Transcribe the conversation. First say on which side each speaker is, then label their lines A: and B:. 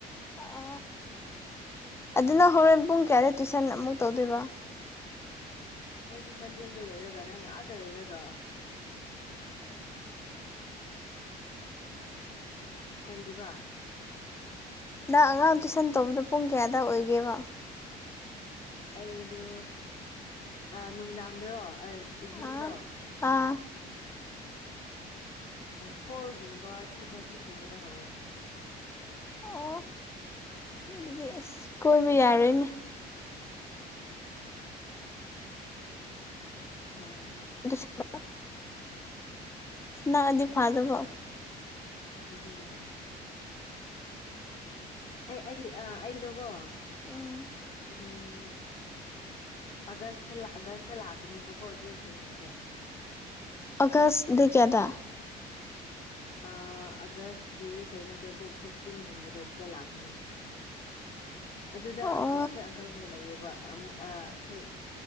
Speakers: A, on the left (about 15°); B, on the left (about 45°).
A: ꯑ ꯑꯗꯨꯅ ꯍꯣꯔꯦꯟ ꯄꯨꯡ ꯀꯌꯥꯗ ꯇꯨꯏꯁꯟ ꯑꯃꯨꯛ ꯇꯧꯗꯣꯏꯕ
B: ꯑꯩꯗꯤ ꯆꯥꯟꯗꯦꯜꯗ ꯂꯩꯔꯒ ꯅꯪꯅ ꯑꯥꯗ ꯂꯩꯔꯒ ꯀꯔꯤꯕꯥ
A: ꯅꯪ ꯑꯉꯥꯡ ꯇꯨꯏꯁꯟ ꯇꯧꯕꯗꯣ ꯄꯨꯡ ꯀꯌꯥꯗ ꯑꯣꯏꯒꯦꯕ
B: ꯑꯩꯗꯣ ꯑꯥ ꯅꯨꯃꯤꯗꯥꯡꯗꯔꯣ ꯏꯚꯤꯅꯤꯡꯗꯣ
A: ꯑꯥꯠ ꯑꯥ
B: ꯐꯣꯔꯒꯨꯝꯕ ꯊ꯭ꯔꯤ ꯊꯥꯔꯇꯤꯒꯨꯝꯕꯗ ꯍꯧꯋꯦ
A: ꯑꯣ ꯑꯗꯨꯗꯤ ꯑꯁ ꯀꯣꯏꯕ ꯌꯥꯔꯦꯅꯦ
B: ꯍꯣꯏ
A: ꯑꯗꯨꯁꯨ <unintelligible> ꯅꯛꯑꯗꯤ ꯐꯥꯗꯣꯕ
B: ꯑꯗꯨꯅꯦ ꯑꯩ ꯑꯩ ꯑꯩꯗꯨꯀꯣ
A: ꯎꯝ
B: ꯎꯝ ꯑꯥꯒꯁꯇ ꯑꯥꯒꯁꯇ ꯂꯥꯛꯀꯅꯤꯕꯀꯣ ꯑꯗꯨꯗ ꯊꯦꯡꯅꯁꯦ
A: ꯑꯒꯥꯁ ꯗꯦꯠ ꯀꯌꯥꯗ
B: ꯑꯥ ꯑꯥꯒꯁꯀꯤ ꯀꯩꯅꯣꯗꯣ ꯗꯦꯠ ꯐꯤꯐꯇꯤꯟꯒꯨꯝꯕꯗꯣ ꯑꯗꯨꯗ ꯂꯥꯛꯀꯅꯤ ꯑꯗꯨꯗ
A: ꯑꯣ
B: ꯎꯝ ꯑꯩꯈꯣꯏ ꯑꯪꯀꯜꯈꯣꯏ ꯂꯩꯌꯦꯕ ꯑꯝ ꯑꯥ ꯑꯩꯈꯣꯏ